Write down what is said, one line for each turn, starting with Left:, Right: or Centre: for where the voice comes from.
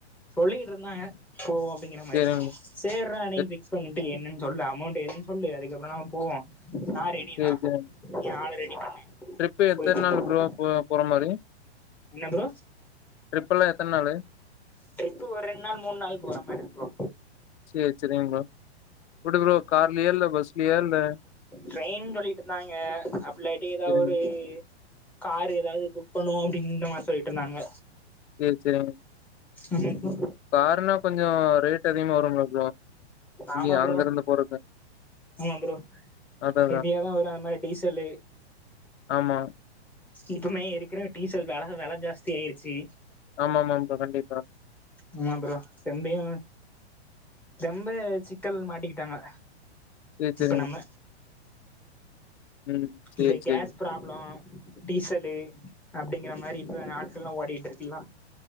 Centre: சொல்லிக்கிட்ருந்தாங்க போவோ அப்டிங்கிற மாரி
Left: சேரிங்க
Centre: சேறா நீ
Left: ப்ரோ
Centre: பிக்ஸ் பண்ணிட்டு என்னன்னு சொல்லு அமௌண்ட் எதுன்னு சொல்லு அதுக்கப்றோ நம்ம போவோ ந ர ஓகே
Left: சேரி
Centre: வா
Left: சேரிங்க
Centre: நீ ஆள் ரெடி பண்ணு
Left: ட்ரிப்பு எத்தன
Centre: போயிட்டு
Left: நாள்
Centre: வந்துருவோ
Left: ப்ரோ போ போற மாரி
Centre: என்ன ப்ரோ
Left: ட்ரிப்பல்லா எத்தன நாளு
Centre: ட்ரிப்பு ஒரு ரெண்டு நாள் மூணு நாள் போற மாரி இருக்கோ
Left: சேரி சேரிங்க ப்ரோ இப்டி ப்ரோ கார்லயா இல்ல பஸ்லயா இல்ல
Centre: ட்ரெயின் சொல்லிட்டு இருந்தாங்க அப்டிலட்டி ஏதாவது
Left: சேரிங்க
Centre: ஒரு காரு ஏதாவது புக் பண்ணுவோ அப்டிங்கிற மாரி சொல்லிட்டு இருந்தாங்க
Left: சேரி சேரி
Centre: ஆமா ப்ரோ
Left: கருனா கொஞ்சோ ரேட் அதிகமா வரும்ல ப்ரோ எப்டி
Centre: ஆமா ப்ரோ
Left: அங்க இருந்து போறது
Centre: ஆமா ப்ரோ
Left: அதா அதா
Centre: எஹவியாதா வரு அந்த மாதிரி டீசல்லு
Left: ஆமா
Centre: இப்பவுமே இருக்கிற டீசல் வெல வெல ஜாஸ்தியிருச்சு
Left: ஆமா ஆமா ப்ரோ கண்டிப்பா
Centre: ஆமா ப்ரோ செம்மியா ரொம்ப சிக்கல் மாட்டிக்கிட்டாங்க
Left: சேரி சேரி
Centre: இப்ப நம்ம
Left: ம் சேரி
Centre: இந்த
Left: சேரி
Centre: கேஸ் ப்ராப்ளோ டீசலு அப்டிங்கிற மாரி இப்போ நாட்கள்லா ஓடிட்டு இருக் எல்லா